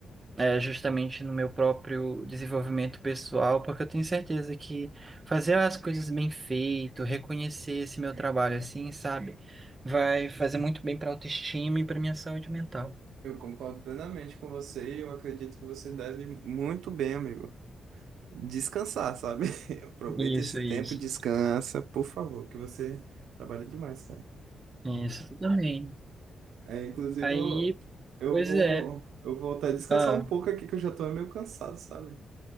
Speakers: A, on the right; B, on the right.
A: é, justamente no meu próprio desenvolvimento pessoal, porque eu tenho certeza que fazer as coisas bem feito, reconhecer esse meu trabalho assim, sabe, vai fazer muito bem para a autoestima e para minha saúde mental.
B: Eu concordo plenamente com você e eu acredito que você deve muito bem, amigo. Descansar, sabe? <laughs> Aproveita
A: Isso,
B: esse
A: isso,
B: tempo, descansa, por favor, que você trabalha demais, cara.
A: isso também.
B: É, inclusive,
A: Aí,
B: eu, eu
A: pois
B: vou
A: é,
B: eu vou até descansar
A: ah,
B: um pouco aqui, que eu já tô meio cansado, sabe?